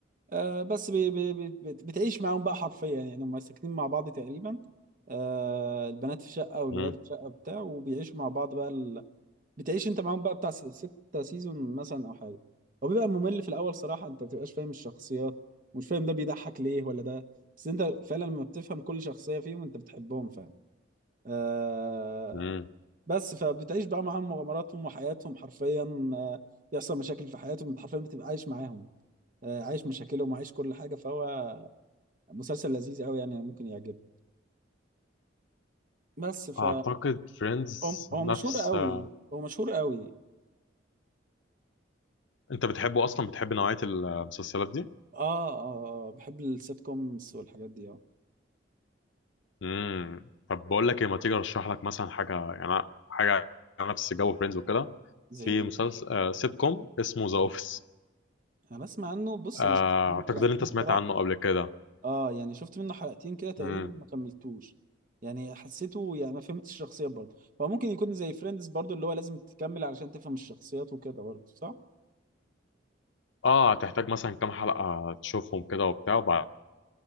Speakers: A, on the right (about 45°); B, on the left (about 80°).
A: آه بس بي بي بي بت- بتعيش معاهم بقى حرفيا يعني هم ساكنين مع بعض تقريبا آه البنات في شقة والولاد
B: مم.
A: في شقة بتاع وبيعيشوا مع بعض بقى بتعيش انت معاهم بقى بتاع س- ستة سيزون مثلا او حاجه هو بيبقى ممل في الاول صراحه انت ما بتبقاش فاهم الشخصيات مش فاهم ده بيضحك ليه ولا ده بس انت فعلا لما بتفهم كل شخصيه فيهم انت بتحبهم فعلا آه
B: مم.
A: بس فبتعيش بقى معاهم مغامراتهم وحياتهم حرفيا آه يحصل مشاكل في حياتهم انت حرفيا بتبقى عايش معاهم آه عايش مشاكلهم وعايش كل حاجه فهو مسلسل لذيذ قوي يعني ممكن يعجبك بس ف
B: اعتقد فريندز
A: هو هو مشهور
B: نفس
A: قوي
B: آه،
A: هو مشهور قوي
B: انت بتحبه اصلا بتحب نوعيه المسلسلات دي
A: اه اه, آه بحب السيت كومز والحاجات دي اه
B: امم طب بقول لك ايه ما تيجي ارشح لك مثلا حاجه يعني حاجه على نفس جو فريندز وكده
A: زي
B: في
A: ايه
B: مسلسل آه سيت كوم اسمه ذا اوفيس
A: انا بسمع عنه بص
B: آه
A: انا شفت منه
B: اعتقد
A: حلقتين
B: ان انت سمعت
A: بصراحه
B: عنه قبل كده
A: اه يعني شفت منه حلقتين كده تقريبا
B: امم
A: ما كملتوش يعني حسيته يعني ما فهمتش الشخصيات برضه فممكن يكون زي فريندز برضه اللي هو لازم تكمل علشان تفهم الشخصيات وكده برضه صح
B: اه هتحتاج مثلا كام حلقه تشوفهم كده وبتاع وبعد